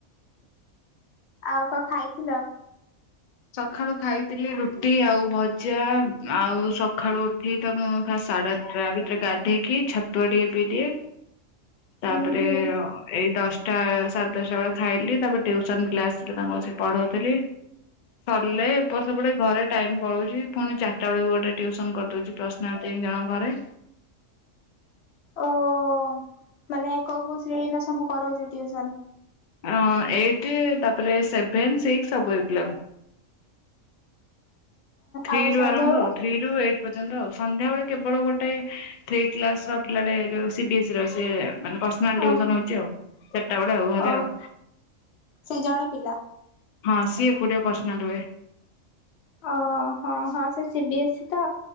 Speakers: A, on the left (about 60°); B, on the left (about 85°).
A: ଆଉ କ ଖାଇଥିଲ?
B: ସକାଳୁ ଖାଇଥିଲି ରୁଟି ଆଉ ଭଜା, ଆଉ ସକାଳୁ ଉଠି ତ ମୁଁ ଫା ସାଢେ ଆ ଟା ଭିତରେ ଗାଧେଇକି ଛତୁଆ ଟିକେ ପିଇଦିଏ। ତାପରେ
A: ହୁଁ ହୁଁ
B: ଏଇ ଦଶ ଟା ସାଢେଦଶଟା ବେଳେ ଖାଇଲି, ତାପରେ ଟ୍ୟୁସନ ପିଲା ଆସିଲେ ତାଙ୍କୁ ବସି ପଢଉଥିଲି। ସରିଲେ ଏପଟ ସେପଟ ହେଇ ଘରେ ଟାଇମ ପଳଉଛି, ପୁଣି ଚାରିଟା ବେଳକୁ ଗୋଟେ ଟ୍ୟୁସନ କରିଦଉଛି। <unintelligible> ଜଣଙ୍କ ଘରେ
A: ଓହୋ ମାନେ କୋଉ କୋଉ ଶ୍ରେଣୀର ସବୁ କରଉଛ ଟ୍ୟୁସନ?
B: ଅଁ ଏଇଟ୍ ତାପରେ ସେଭେନ, ସିକ୍ସ ସବୁ ଏଇ ପିଲାଙ୍କୁ। ଥ୍ରୀ
A: ଆଉ
B: ରୁ
A: ସନ୍ଧ୍ୟା
B: ଆରମ୍ଭ
A: ବେଳେ
B: ଆଉ, ଥ୍ରୀ ଏଇଟ୍ ପର୍ଯ୍ୟନ୍ତ ଆଉ, ସଂନ୍ଧ୍ୟାବେଳେ କେବଳ ଗୋଟେ ଥ୍ରୀ କ୍ଲାସ ପିଲା ଟାଏ ଏ ଯୋଉ ସିବିଏସ ପିଲା ସେ ମାନେ ପର୍ସନାଲ ଟିୟୁସନ୍
A: ଓହୋ
B: ହଉଛି ଆଉ, ଚାରିଟା ବେଳେ ଆଉ, ଘରେ
A: ଓ
B: ଆଉ।
A: ସେ ଜଣେ ପିଲା।
B: ହଁ ସିଏ ଏକୁଟିଆ ପର୍ସନାଲଟ୍ ହୁଏ।
A: ହଁ ହଁ ସେ ସିବିିଏସ୍ ତ